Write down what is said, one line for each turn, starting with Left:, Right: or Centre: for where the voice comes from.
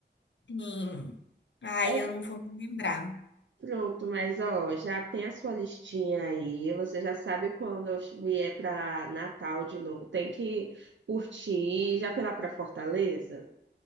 Left: Sim. Ai,
Right: É
Left: eu não vou me lembrar.
Right: pronto, mas ó, já tem a sua listinha aí. Você já sabe quando eu vier para Natal de novo. Tem que curtir. Já foi lá para Fortaleza?